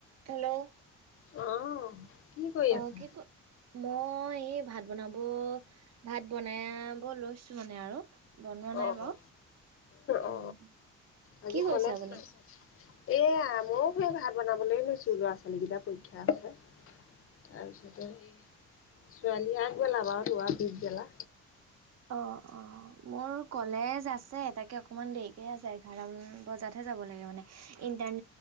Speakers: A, on the right; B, on the left.
A: Hello
B: অ কি কৰি
A: অ
B: আছা?
A: কি ক মই এই ভাত বনাব। ভাত বনাব লৈছো মানে আৰু বনোৱা নাই
B: অ',
A: বাৰু
B: অ
A: উম
B: আজি
A: কি কৰিছে
B: কলেজ
A: আপুনি?
B: নাই এয়া ময়ও সেই ভাত বনাবলৈ লৈছো ল'ৰা ছোৱালী কেইটা পৰীক্ষা আছে। তাৰপিছতে সেই ছোৱালী আগবেলা বাৰু লৰা পিছবেলা।
A: অ অ মোৰ কলেজ আছে তাকে অকমান দেৰিকে আছে। বাৰ মান বজাতহে যাব লাগে মানে ইণ্টাৰ